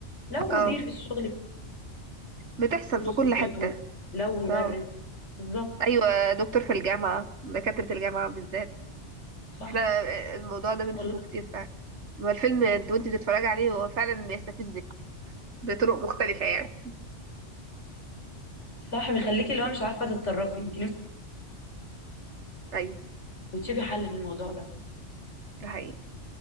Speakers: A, on the left; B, on the right.
A: لو
B: اه
A: مدير في الشغل
B: بتحصل
A: برضه
B: في
A: سلطته
B: كل حتة
A: لو مدرس
B: اه
A: بالظبط
B: ايوه دكتور في الجامعة دكاترة الجامعة بالذات
A: صح
B: احنا آه، الموضوع ده بنشوفه
A: والله
B: كتير فعلا هو الفيلم انت وانت بتتفرج عليه هو فعلا بيستفزك بطرق مختلفة يعني
A: صح بيخليكي اللي هو مش عارفة تتصرفي انت نفسك
B: ايوه
A: وتشوفي حل في الموضوع ده
B: ده حقيقي